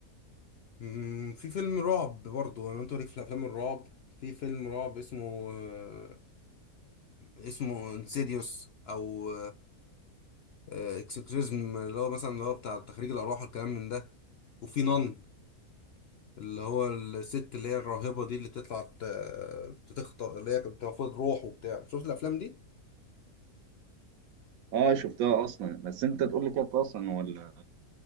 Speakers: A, on the left; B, on the right.
A: مم، في فيلم رعب برضو انا انت ليك في الافلام الرعب في فيلم رعب اسمه آه، اسمه انسيديوس او اكسكريزم اللي هو مثلا اللي هو بتاع تخريج الارواح والكلام من ده وفي نان اللي هو الست اللي هي الراهبة دي اللي تطلع ت- تخطئ اللي هي كانت بتاخد روح وبتاع شفت الافلام دي
B: اه شفتها اصلا بس انت تقول لي كده اصلا هو ال-